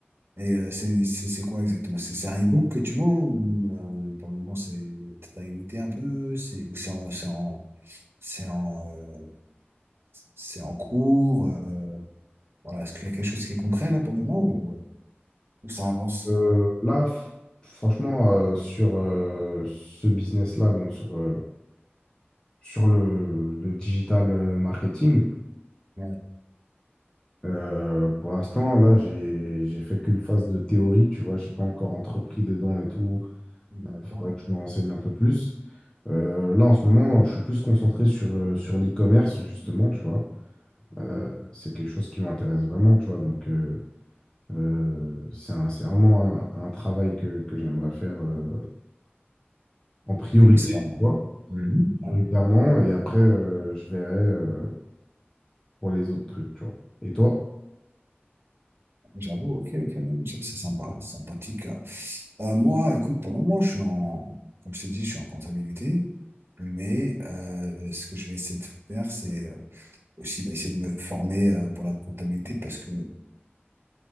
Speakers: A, on the right; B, on the left.
A: Et euh, c'est c'est- c'est quoi exactement? C'est c'est un e-book que tu vends ou euh, pour le moment, c'est, t'as une idée un peu, c'est, ou c'est en, c'est en, c'est en, euh, c'est en cours. euh, voilà. Est-ce qu'il y a quelque chose qui est concret là pour le moment ou, euh, ou ça avance?
B: Euh, là, fr- franchement, euh, sur euh, ce business-là, donc sur, euh, sur le, le digital euh, marketing,
A: Ouais,
B: euh, pour l'instant, là, j'ai, j'ai fait qu'une phase de théorie, tu vois, j'ai pas encore entrepris dedans et tout
A: on attend.
B: faudrait que je me renseigne un peu plus. Euh, là, en ce moment, je suis plus concentré sur, euh, sur l'e-commerce, justement, tu vois. Euh,
A: Ouais.
B: c'est quelque chose qui m'intéresse vraiment, tu vois. Donc, euh, euh, c'est un- c'est vraiment un, un travail que, que j'aimerais faire euh, en priorité,
A: Mais nous, c'est pas
B: tu
A: mal.
B: vois,
A: Mhm.
B: prioritairement.
A: Ouais,
B: Et après, euh, je verrai. euh, pour les autres trucs, tu vois. Et toi?
A: j'avoue, ok, ok, ouais, mais c'est sympa, c'est sympathique. Euh, moi, écoute, pour le moment, je suis en, comme je t'ai dit, je suis en comptabilité, mais euh, ce que je vais essayer de faire, c'est euh, aussi bah, essayer de me former euh, pour la comptabilité parce que